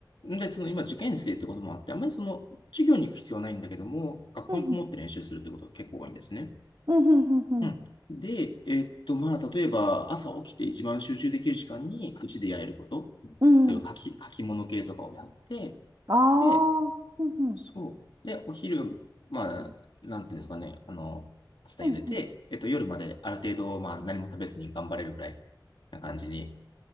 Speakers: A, on the left (about 80°); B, on the right (about 55°).
A: んで、その今、受験生ってこともあって、あまりその、授業に行く必要はないんだけども、学校にこもって練習するってことが結構多いんですね。
B: うん、うん、うん、うん、うん。
A: うん。で、えっと、まあ、例えば、朝起きて一番集中できる時間に、うちでやれること、
B: うん。
A: 例えば、書き、書き物系とかをやって、
B: あ
A: で、
B: あ、うん、うん、
A: そう。で、お昼、まあ、なんていうんですかね、あの、パスタ茹でて、
B: うん、うん、
A: えっと、夜まである程度、まあ、何も食べずに頑張れるくらいな感じに、